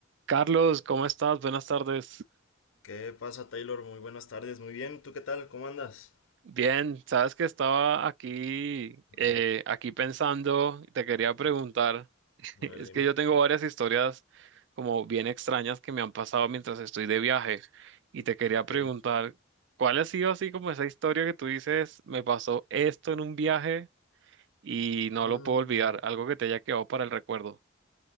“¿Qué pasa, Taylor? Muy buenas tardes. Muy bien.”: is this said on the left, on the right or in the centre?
Left